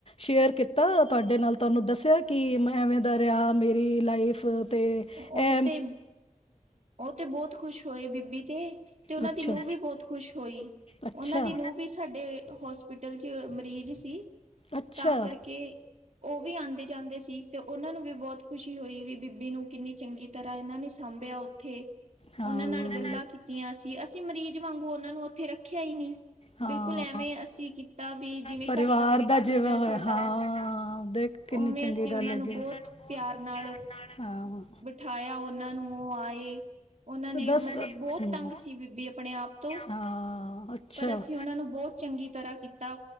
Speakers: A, on the left; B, on the right.
A: ਸ਼ੇਅਰ ਕੀਤਾ ਤੁਹਾਡੇ ਨਾਲ ਤੁਹਾਨੂੰ ਦੱਸਿਆ ਕਿ ਮੈਂ ਐਵੇਂ ਦਾ ਰਿਹਾ ਮੇਰੀ ਲਾਈਫ ਤੇ
B: ਉਹ
A: ਐ।
B: ਤੇ ਉਹ ਤੇ ਬਹੁਤ ਖ਼ੁਸ਼ ਹੋਏ ਬੀਬੀ ਤੇ ਤੇ ਉਹਨਾਂ
A: ਅੱਛਾ
B: ਦੀ ਨੂੰਹ ਵੀ ਬਹੁਤ ਖੁਸ਼ ਹੋਈ।
A: ਅੱਛਾ
B: ਉਹਨਾਂ ਦੀ ਨੂੰਹ ਵੀ ਸਾਡੇ ਹੋਸਪਿਟਲ ਚ ਮਰੀਜ਼ ਸੀ।
A: ਅੱਛਾ
B: ਤਾਂ ਕਰਕੇ ਉਹ ਵੀ ਆਉਂਦੇ। ਜਾਂਦੇ ਸੀ ਤੇ ਉਹਨਾਂ ਨੂੰ ਵੀ ਬਹੁਤ ਖੁਸ਼ੀ ਹੋਈ ਵੀ ਬੀਬੀ ਨੂੰ ਕਿੰਨੀ ਚੰਗੀ ਤਰ੍ਹਾਂ ਇਹਨਾਂ ਨੇ ਸਾਂਭਿਆ। ਉੱਥੇ।
A: ਹਾਂ
B: ਉਹਨਾਂ ਨਾਲ ਗੱਲਾਂ ਕੀਤੀਆਂ ਸੀ। ਅਸੀਂ ਮਰੀਜ਼ ਵਾਂਗੂ ਉਹਨਾਂ ਨੂੰ ਉੱਥੇ ਰੱਖਿਆ ਹੀ ਨਹੀਂ।
A: ਹਾਂ
B: ਬਿਲਕੁਲ ਐਵੇਂ ਅਸੀਂ ਕੀਤਾ ਵੀ ਜਿਵੇਂ
A: ਪਰਿਵਾਰ
B: ਘਰ ਦਾ ਬੰਦਾ
A: ਜਿਵੇਂ
B: ਹੁੰਦਾ ਹੈ
A: ਹੋਇਆ
B: ਸਾਡਾ
A: ਹਾਂ ਦੇਖ ਕਿੰਨੀ
B: ਉਵੇਂ
A: ਚੰਗੀ
B: ਅਸੀਂ
A: ਗੱਲ
B: ਉਹਨਾਂ
A: ਹੈਗੀ
B: ਨੂੰ ਬਹੁਤ ਪਿਆਰ
A: ਹਾਂ
B: ਨਾਲ
A: ਹਾਂ
B: ਬਿਠਾਇਆ ਉਹਨਾਂ ਨੂੰ ਉਹ ਆਏ ਉਹਨਾਂ
A: ਤਾਂ
B: ਨੇ
A: ਦੱਸ
B: ਮਤਲਬ ਬਹੁਤ
A: ਹਮ,
B: ਤੰਗ ਸੀ ਬੀਬੀ ਆਪਣੇ ਆਪ ਤੋਂ
A: ਹਾਂ ਅੱਛਾ
B: ਪਰ ਅਸੀਂ ਉਹਨਾਂ ਨੂੰ ਬਹੁਤ ਚੰਗੀ ਤਰ੍ਹਾਂ ਕੀਤਾ